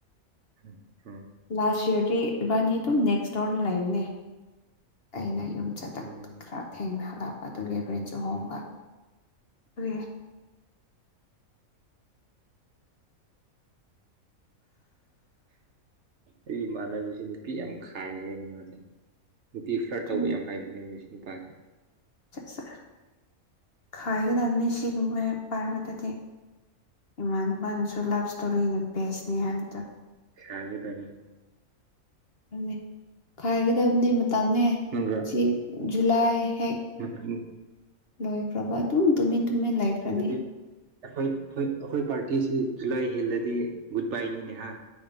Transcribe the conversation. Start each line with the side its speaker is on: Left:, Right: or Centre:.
Right: ꯑꯝ ꯑꯝ
Left: ꯂꯥꯁ ꯢꯌꯔꯗꯤ ꯏꯕꯥꯅꯤ ꯑꯗꯨꯝ ꯅꯦꯛꯁ ꯁ꯭ꯇꯣꯔꯗ ꯂꯩꯕꯅꯦ ꯑꯩꯅ ꯌꯨꯝ ꯍꯜꯂꯛꯄꯗ
Right: ꯎꯝ
Left: ꯈꯔ ꯊꯦꯡꯅ ꯍꯜꯂꯛꯄ ꯑꯗꯨꯒꯤ ꯔꯦꯟꯁꯨ ꯍꯣꯡꯕ ꯀꯔꯤ
Right: ꯑꯩ ꯏꯃꯥꯟꯅꯕꯁꯤ ꯅꯨꯄꯤ ꯌꯥꯝ ꯈꯥꯏꯈ꯭ꯔꯦꯅ ꯃꯥꯗꯤ ꯅꯨꯄꯤ ꯐ꯭ꯂꯔꯠ
Left: ꯑꯗꯨꯅꯤ
Right: ꯇꯧꯕ ꯌꯥꯝ ꯍꯥꯏꯕꯅꯦ ꯃꯁꯤ ꯅꯨꯄꯥꯁꯤ
Left: ꯁꯥ ꯁꯥ ꯈꯥꯏꯒꯗꯕꯅꯤ ꯁꯤꯒꯨꯝꯕ ꯄꯥꯏꯕꯗꯗꯤ ꯏꯃꯥꯟꯅꯕꯅꯁꯨ ꯂꯥꯞ ꯏꯁꯇꯣꯔꯤꯅ ꯕꯦꯁꯅꯦ ꯍꯥꯏꯕꯗ
Right: ꯈꯥꯏꯒꯗꯕꯅꯤ
Left: ꯑꯗꯨꯅꯦ ꯈꯥꯏꯒꯗꯕꯅꯦ ꯃꯇꯝꯅꯦ
Right: ꯅꯪꯒ
Left: ꯁꯤ ꯖꯨꯂꯥꯏ ꯍꯦꯛ
Right: ꯃꯇꯝ
Left: ꯂꯣꯏꯈ꯭ꯔꯕ ꯑꯗꯨꯝ ꯇꯨꯃꯤꯟ ꯇꯨꯃꯤꯟ ꯂꯩꯈ꯭ꯔꯅꯤ
Right: ꯑꯗꯨꯗꯤ ꯑꯩꯈꯣꯏ ꯑꯩꯈꯣꯏ ꯑꯩꯈꯣꯏ ꯄꯥꯔꯇꯤꯁꯤ ꯖꯨꯂꯥꯏ ꯍꯦꯜꯂꯗꯤ ꯒꯨꯗ ꯕꯥꯏꯅꯤꯅꯦ ꯍꯥ